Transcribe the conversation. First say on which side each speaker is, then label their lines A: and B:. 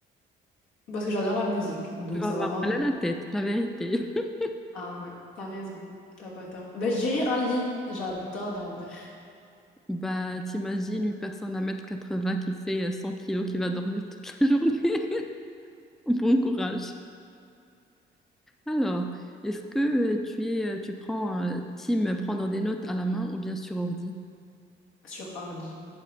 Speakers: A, on the left (about 80°); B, in the centre.
A: Parce que j'adore la musique, donc
B: Tu vas
A: ça
B: avoir
A: va marre.
B: mal à la tête, la vérité. <laughs>
A: Ah ouais, t'as raison. T'as pas tort. Bah, je dirais un lit. J'adore dormir
B: Bah, t'imagines une personne à un mètre quatre-vingts qui fait euh, 100 kilos qui va dormir toute la journée. <laughs> Bon courage. Alors, est-ce que euh, tu es, euh, tu prends euh, team prendre des notes à la main ou bien sur ordi?
A: sur ordi.